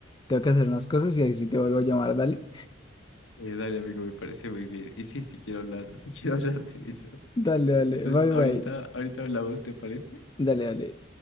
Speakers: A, on the left; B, on the left.
A: tengo que hacer unas cosas y ahí sí te vuelvo a llamar, dale.
B: Eh, dale, amigo, me parece muy bien. Y sí, sí quiero hablar, <laughs> sí quiero hablar de eso.
A: Dale, dale,
B: Entonces,
A: bye
B: ahorita,
A: bye.
B: ahorita hablamos, ¿te parece?
A: Dale, dale.